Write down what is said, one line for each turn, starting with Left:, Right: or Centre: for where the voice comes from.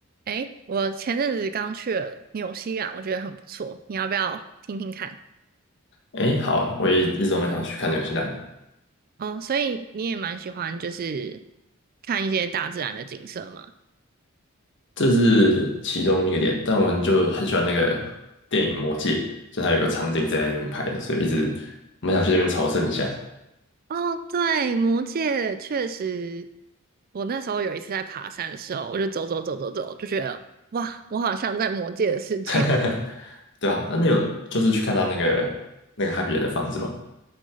Right: 诶，我前阵子刚去了纽西兰，我觉得很不错，你要不要听听看？
Left: 诶，好啊，我也一直都蛮想去看纽西兰的，
Right: 哦，所以你也蛮喜欢就是看一些大自然的景色吗？
Left: 这是其中一个点。但我们就很喜欢那个电影《魔戒》，就它有个场景在那边拍的，所以一直我们想去那边朝圣一下。
Right: 哦，对，魔界确实，我那时候有一次在爬山的时候，我就走走走走走，就觉得哇，我好像在魔界的世界。
Left: <laughs>
Right: <laughs>
Left: 对啊，那你有就是去看他那个那个哈比人的房子吗？